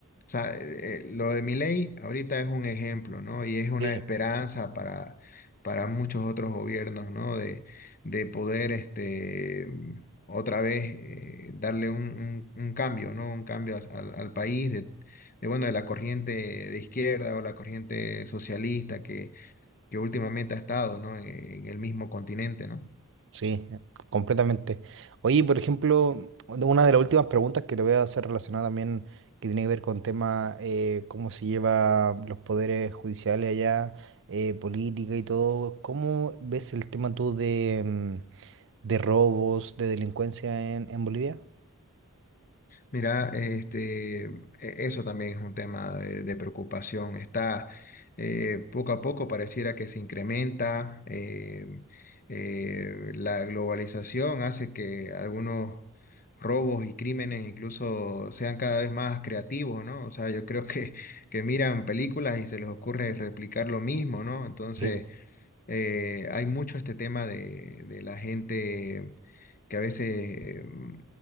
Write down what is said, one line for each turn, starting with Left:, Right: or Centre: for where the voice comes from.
Left: sea, eh, eh, lo de Milei ahorita es un ejemplo, ¿no? Y es una
Right: sí
Left: esperanza para, para muchos otros gobiernos, ¿no? De, de poder este, otra vez eh, darle un, un- un cambio, ¿no? Un cambio as- al, al país de, de, bueno, de la corriente de izquierda o la corriente socialista que, que últimamente ha estado, ¿no? En, en el mismo continente, ¿no?
Right: Sí, completamente. Oye, por ejemplo, bueno, una de las últimas preguntas que te voy a hacer relacionada también, que tiene que ver con tema, eh, cómo se lleva los poderes judiciales allá, eh, política y todo. ¿Cómo ves el tema tú de, mm, de robos, de delincuencia en, en Bolivia?
Left: Mira, este, e- eso también es un tema de, de preocupación. Está eh, poco a poco pareciera que se incrementa. eh, eh, la globalización hace que algunos robos y crímenes incluso sean cada vez más creativos, ¿no? O sea, yo creo que, que miran películas y se les ocurre replicar lo mismo, ¿no? Entonces
Right: Sí.
Left: eh, hay mucho este tema de, de la gente que a veces mm,